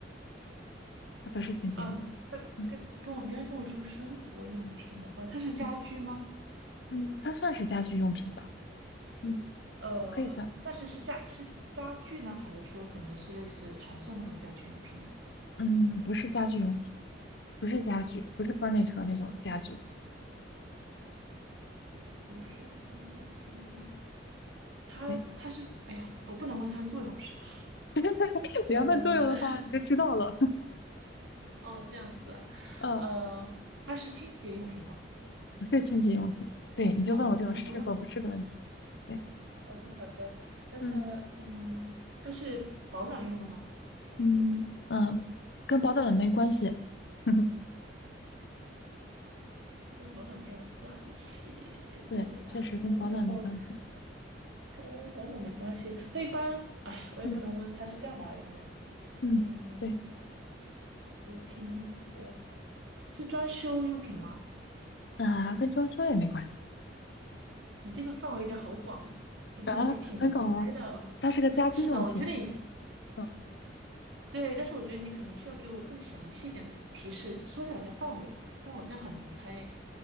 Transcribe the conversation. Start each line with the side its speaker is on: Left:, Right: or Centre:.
Left: 它不是清洁用品。
Right: 哦，你跟跟跟我你刚才跟我说生活用品的话，
Left: 嗯
Right: 它是家居吗？
Left: 嗯嗯，它算是家居用品吧？
Right: 用品。
Left: 嗯，
Right: 呃，
Left: 可以算。
Right: 但是是家是家具呢，还是说可能是类似床上那种家居用品呢？
Left: 嗯，不是家居用品，不是家具，不是 furniture 那种家具。
Right: 不是家居用品，它它是，
Left: 对，
Right: 哎呀，我不能问它的作用是吧？
Left: <laughs>
Right: 呃，
Left: 你要问作用的话，你就知道了。<laughs>
Right: <laughs> 哦，这样子啊，
Left: 嗯，
Right: 呃，它是清洁用品吗？
Left: 不是清洁用品。对，你就问我这种是和不是的问题。
Right: 哦，我跟他好像问过。
Left: 对，
Right: OK，好的，那它，
Left: 嗯
Right: 嗯，它是保暖用的吗？
Left: 嗯嗯，呃跟保暖没关系。<laughs>
Right: 跟保暖没有关系，
Left: 对，
Right: 这有点难哦。
Left: 确实跟保暖没关系。
Right: 然后跟保暖没关系，但一般，哎，我也不能问它是干嘛用的呀。
Left: 嗯嗯，
Right: 嗯，
Left: 对
Right: 不是清洁，是装修用品吗？
Left: 啊，跟装修也没关系。
Right: 你这个范围有点好广哎，感觉得挺难猜的。
Left: 啊，很搞啊，它是个家居用品。
Right: 是的，我觉得你
Left: 嗯
Right: 对，但是我觉得你可能需要给我更详细一点的提示，缩小一下范围，不然我这样很难猜耶。